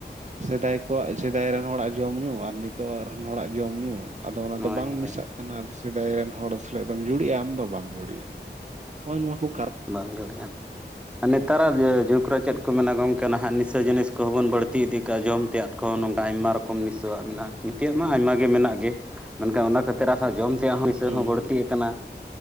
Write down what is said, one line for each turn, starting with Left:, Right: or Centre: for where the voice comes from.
Right: ᱥᱮᱫᱟᱭ ᱠᱚᱣᱟᱜ ᱥᱮᱫᱟᱭ ᱨᱮᱱ ᱦᱚᱲᱟᱜ ᱡᱚᱢ ᱧᱩ ᱟᱨ ᱱᱤᱛᱚᱜ ᱨᱮᱱ ᱦᱚᱲᱟᱜ ᱡᱚᱢ ᱧᱩ ᱟᱫᱚ ᱚᱱᱟ
Centre: ᱦᱳᱭ
Right: ᱫᱚ ᱵᱟᱝ
Centre: ᱦᱳᱭ
Right: ᱢᱮᱥᱟᱜ ᱠᱟᱱᱟ᱾ ᱟᱫᱚ ᱥᱮᱫᱟᱭ ᱨᱮᱱ ᱦᱚᱲ ᱥᱮᱞᱮᱜ ᱫᱚᱢ ᱡᱩᱲᱤᱜ-ᱟ, ᱟᱢ ᱫᱚ ᱵᱟᱢ ᱡᱩᱲᱤᱜ-ᱟ ᱱᱚᱜ-ᱚᱭ ᱱᱚᱣᱟ ᱠᱩ
Centre: ᱵᱟᱝ ᱡᱳᱨᱮ ᱟᱜ-ᱟ ᱟᱨ ᱱᱮᱛᱟᱨᱟᱜ
Right: ᱫᱚ
Centre: ᱡᱩᱜᱽ ᱨᱮ ᱪᱮᱫ ᱠᱚ ᱢᱮᱱᱟ ᱜᱚᱢᱠᱮ ᱱᱟᱦᱟᱜ ᱱᱤᱥᱟᱹ ᱡᱤᱱᱤᱥ ᱠᱚᱦᱚᱸ ᱵᱚᱱ ᱵᱟᱹᱲᱛᱤ ᱤᱫᱤ ᱠᱟᱜ-ᱟ᱾ ᱡᱚᱢ ᱛᱮᱭᱟᱜ ᱠᱚ ᱱᱚᱝᱠᱟ ᱟᱭᱢᱟ ᱨᱚ- ᱠᱚᱢ ᱱᱤᱥᱟᱹᱣᱟᱜ ᱢᱮᱱᱟᱜ-ᱟ᱾ ᱱᱤᱛᱭᱟᱜ ᱢᱟ ᱟᱭᱢᱟ ᱜᱮ ᱢᱮᱱᱟᱜ ᱜᱮ ᱢᱮᱱᱠᱷᱟᱱ ᱚᱱᱟ ᱠᱷᱟᱹᱛᱤᱨ ᱟᱨ ᱦᱚᱸ ᱡᱚᱢ <inaudible>
Right: ᱦᱩᱸ
Centre: ᱦᱚᱸ ᱵᱟᱹᱲᱛᱤ ᱟᱠᱟᱱᱟ᱾